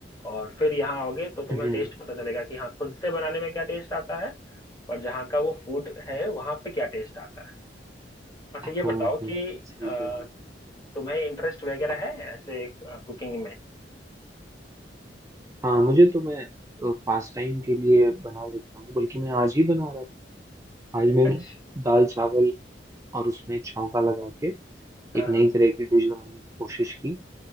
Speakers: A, on the left; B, on the right.
A: और फिर यहाँ आओगे तो तुम्हें
B: हम्म
A: टेस्ट पता चलेगा कि हाँ खुद से बनाने में क्या टेस्ट आता है और जहाँ का वो फूड है वहाँ पे क्या टेस्ट आता है अच्छा
B: हाँ
A: ये बताओ
B: हाँ
A: कि
B: सही
A: अ,
B: कह रहे हैं
A: तुम्हें इंटरेस्ट वगैरह है ऐसे कुकिंग में
B: हाँ मुझे तो मैं पास टाइम के लिए बना लेता हूँ बल्कि मैं आज ही बना रहा था आज मैं
A: अच्छा
B: दाल चावल और उसमें छौंका लगा के
A: हाँ
B: एक
A: हाँ
B: नई तरह की डिश बनाने की कोशिश की